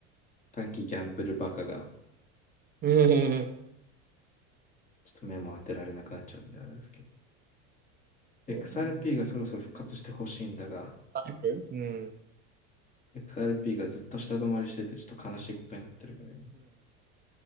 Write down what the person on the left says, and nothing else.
短期ギャンブルバカが、
ちょっと目も当てられなくなっちゃうんであれですけど。XRP
がそろそろ復活してほしいんだが、
XRP がずっと下止まりしててちょっと悲しいことになってるから今。